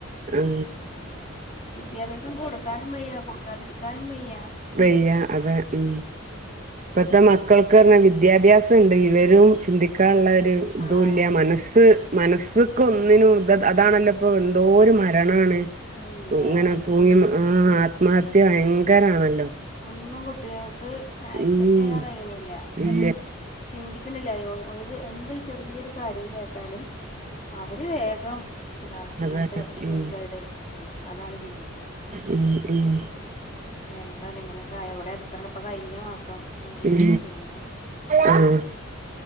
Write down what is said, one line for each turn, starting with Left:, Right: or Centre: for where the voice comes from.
Right: ഉം
Left: ആഹ് വിദ്യാഭ്യാസം കൊടുക്കാനും വയ്യ കൊടുക്കാതിരിക്കാനും വയ്യ
Right: വയ്യ അതെ ഉം ഇപ്പത്തെ മക്കൾക്ക് ന്നർഞ്ഞാ വിദ്യാഭ്യാസംണ്ട് വിവരും ചിന്തിക്കാനുള്ളവര് ഇതുല്ല
Left: ആഹ്
Right: മനസ്സ് മനസ് ഇതക്ക് ഒന്നിനും ഇ അതാണല്ലോ ഇപ്പോൾ എന്തോ ഒരു മരണമാണ്
Left: പിന്നെ
Right: ഇങ്ങനെ തൂങ്ങി
Left: ഒന്നും
Right: ആഹ് ആത്മഹത്യ ഭയങ്കരാണല്ലോ
Left: ഒന്നും കുട്ടികൾക്ക് ആക്സെപ്റ്റ്
Right: ഉം
Left: ചെയ്യാൻ കഴിണില്ല
Right: ഇല്ല
Left: ഒരു ചിന്തിക്ക്ണില്ലായോ ഒര് എന്തൊരു ചെറിയൊരു കാര്യം കേട്ടാലും അവര് വേഗം എന്താ ഇങ്ങൻത്തെ
Right: അതെ
Left: സൂയിസൈഡ്
Right: ഉം
Left: അതാണ് ചിന്തിക്ക്ണ
Right: ഉം ഉം
Left: എന്താല്ലേ ഇങ്ങനെയൊക്കെ ആയ ഇവടെ എത്ര ഇപ്പം കഴിഞ്ഞ മാസ പം ഒരു
Right: ഉം
Left: കുട്ടി തൂങ്ങി മരിച്ചു
Right: ആഹ്